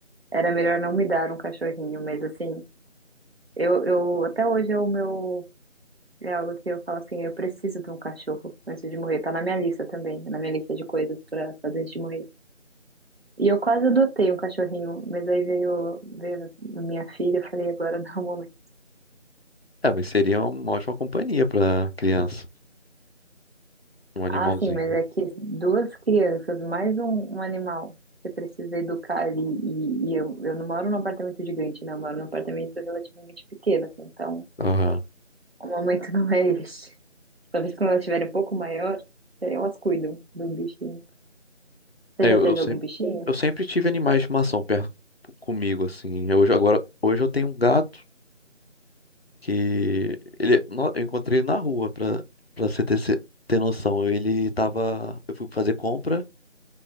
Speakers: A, on the right; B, on the left.
A: era melhor não me dar um cachorrinho, mas assim, eu, eu até hoje é o meu É algo que eu falo assim, eu preciso de um cachorro antes de morrer. Tá na minha lista também, na minha lista de coisas pra fazer antes de morrer. E eu quase adotei um cachorrinho, mas aí veio, veio minha filha, eu falei, agora não é o momento.
B: É, mas seria uma ótima companhia pra criança, um animalzinho.
A: Ah, sim, mas é que duas crianças, mais um, um animal, você precisa educar ali. E, e eu, eu não moro num apartamento gigante, né? Eu moro num apartamento relativamente pequeno, assim, então
B: Aham.
A: o momento <laughs> não é este. Talvez quando elas estiverem um pouco maior, aí elas cuidam do bichinho. Você
B: É,
A: já
B: eu,
A: teve
B: eu sempre,
A: algum bichinho?
B: eu sempre tive animais de estimação perto comigo, assim. Eu, Hoje, agora, hoje eu tenho um gato Que ele, no- eu encontrei ele na rua, pra, pra você ter, ce- ter noção. Ele tava. Eu fui fazer compra,